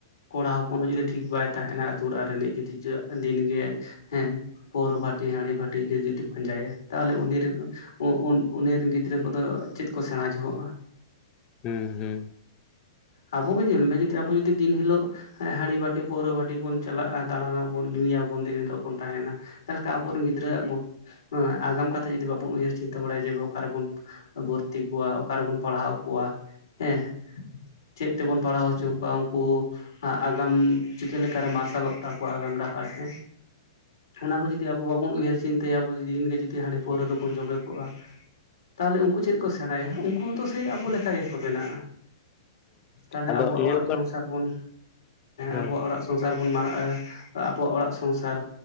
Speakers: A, on the left; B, on the left.
A: ᱠᱚᱲᱟ ᱦᱚᱯᱚᱱ ᱦᱚᱸ ᱡᱩᱫᱤ ᱴᱷᱤᱠ ᱵᱟᱭ ᱛᱟᱦᱮᱱᱟ ᱟᱛᱳ ᱚᱲᱟᱜ ᱨᱤᱱᱤᱡ ᱡᱩᱫᱤ ᱫᱤᱱ ᱜᱮ᱾ ᱦᱮᱸ ᱯᱳᱣᱨᱳ ᱵᱷᱷᱟᱴᱤ ᱦᱟᱸᱲᱤ ᱵᱷᱷᱟᱴᱤ ᱜᱮ ᱡᱩᱫᱤ ᱯᱟᱸᱡᱟᱭᱟ ᱛᱟᱦᱚᱞᱮ ᱩᱱᱤ ᱨᱮᱱ ᱩᱸ ᱩᱱ ᱩᱱᱤ ᱨᱤᱱ ᱜᱤᱫᱽᱨᱟᱹ ᱠᱚᱫᱚ ᱪᱮᱫ ᱠᱚ ᱥᱮᱬᱟ ᱡᱚᱦᱚᱜᱼᱟ᱾
B: ᱦᱩᱸ ᱦᱩᱸ
A: ᱟᱵᱚ ᱜᱮ ᱧᱮᱞ ᱢᱮ ᱡᱩᱫᱤ ᱟᱵᱚ ᱡᱩᱫᱤ ᱫᱤᱱ ᱦᱤᱞᱳᱜ ᱦᱟᱲᱤ ᱵᱟᱹᱴᱤ ᱯᱟᱹᱣᱨᱟᱹ ᱵᱟᱹᱴᱤ ᱵᱚᱱ᱾ ᱪᱟᱞᱟᱜᱼᱟ ᱫᱟᱬᱟᱱᱟ ᱵᱚᱱ ᱧᱩᱭᱟᱵᱚᱱ ᱫᱤᱱ ᱦᱤᱞᱳᱜ ᱵᱚᱱ ᱛᱟᱦᱮᱱᱟ ᱛᱟᱦᱞᱮ ᱠᱟ ᱟᱵᱚᱨᱮᱱ ᱜᱤᱫᱽᱨᱟᱹᱣᱟᱜ ᱵᱷᱩ᱾ ᱦᱮᱸ ᱟᱜᱟᱢ ᱠᱟᱛᱷᱟ ᱡᱩᱫᱤ ᱵᱟᱵᱚᱱ ᱩᱭᱦᱟᱹᱨ ᱪᱤᱱᱛᱟᱹ ᱵᱟᱲᱟᱭᱟ ᱡᱮ ᱚᱠᱟᱨᱮᱵᱚᱱ ᱵᱷᱳᱨ, ᱛᱤ ᱠᱚᱣᱟ ᱚᱠᱟ ᱨᱮᱵᱚᱱ ᱯᱟᱲᱦᱟᱣᱚ ᱠᱚᱣᱟ ᱦᱮᱸ, ᱪᱮᱫ ᱛᱮᱵᱚᱱ ᱯᱟᱲᱦᱟᱣ ᱦᱚᱪᱚ ᱠᱚᱣᱟ ᱩᱱᱠᱩ ᱟᱜᱟᱢ᱾ ᱪᱤᱠᱟᱹ ᱞᱮᱠᱟᱨᱮ ᱢᱟᱨᱥᱟᱞᱚᱜ ᱛᱟᱠᱚᱣᱟ ᱟᱜᱟᱢ ᱰᱟᱦᱟᱨ ᱦᱮᱸ᱾ ᱚᱱᱟ ᱠᱚ ᱡᱩᱫᱤ ᱟᱵᱚ ᱵᱟᱵᱚᱱ ᱩᱭᱦᱟᱹᱨ ᱪᱤᱱᱛᱟᱹᱟ ᱟᱵᱚ ᱡᱩᱫᱤ ᱫᱤᱱ ᱜᱮ ᱡᱩᱫᱤ ᱦᱟᱺᱰᱤ ᱯᱟᱹᱣᱨᱟᱹ ᱨᱮᱵᱚᱱ ᱡᱚᱵᱮ ᱠᱚᱜᱼᱟ᱾ ᱛᱟᱦᱚᱞᱮ ᱩᱱᱠᱩ ᱪᱮᱫ ᱠᱚ ᱥᱮᱬᱟᱭᱟ ᱩᱱᱠᱩ ᱛᱚ ᱥᱮ ᱟᱵᱚ ᱞᱮᱠᱟᱜᱮ ᱠᱚ ᱵᱮᱱᱟᱜ ᱛᱟᱦᱚᱞᱮ
B: ᱟᱫᱚ
A: ᱟᱵᱚᱣᱟᱜ
B: ᱧᱮᱞ
A: ᱚᱲᱟᱜ ᱥᱚᱝᱥᱟᱨ
B: ᱵᱟᱲ
A: ᱵᱚᱱ
B: ᱦᱮᱸ
A: ᱟᱵᱚᱣᱟᱜ ᱚᱲᱟᱜ ᱥᱚᱝᱥᱟᱨ ᱵᱚᱱ ᱢᱟᱨᱟᱜ, ᱟᱵᱚᱣᱟᱜ ᱚᱲᱟᱜ ᱥᱚᱝᱥᱟᱨ,